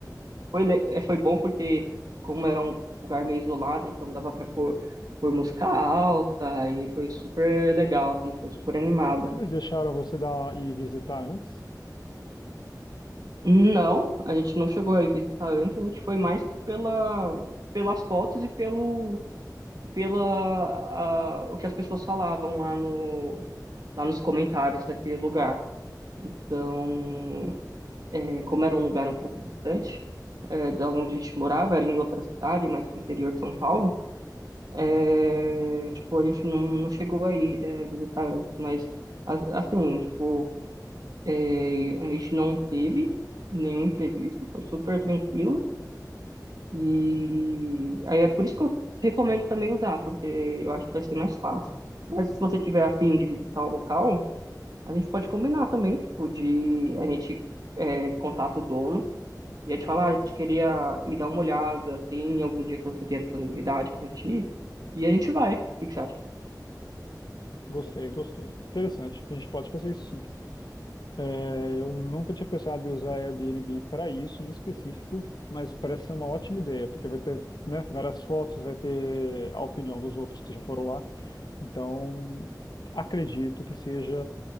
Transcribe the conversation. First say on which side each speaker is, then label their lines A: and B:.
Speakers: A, on the right; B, on the left.
A: Foi, le- eh, foi bom porque, como era um lugar meio isolado, então dava pra pôr, pôr música alta e foi super legal, assim, foi super animado.
B: Eles deixaram você dar e visitar antes?
A: Não, a gente não chegou a visitar antes, a gente foi mais pela, pelas fotos e pelo e pela a- o que as pessoas falavam lá no lá nos comentários daquele lugar. Então, é, como era um lugar um pouco distante é, da onde a gente morava, era em outra cidade, mais pro interior de São Paulo, é, tipo, a gente não, não chegou aí é, visitar antes, mas a- assim, tipo, é, a gente não teve nenhum imprevisto, foi super tranquilo, e aí é por isso que eu recomendo também usar, porque eu acho que vai ser mais fácil. Mas se você tiver afim de visitar o local, a gente pode combinar também, tipo, de a gente é, contato o dono e a gente fala, ah, a gente queria ir dar uma olhada, tem algum dia que você tem a disponibilidade pra gente ir? E a gente vai. O que que você acha?
B: Gostei, gostei. Interessante. A gente pode fazer isso sim. É, eu nunca tinha pensado em usar Airbnb para isso em específico, mas parece ser uma ótima ideia, porque vai ter, né, várias fotos, vai ter a opinião dos outros que já foram lá. Então, acredito que seja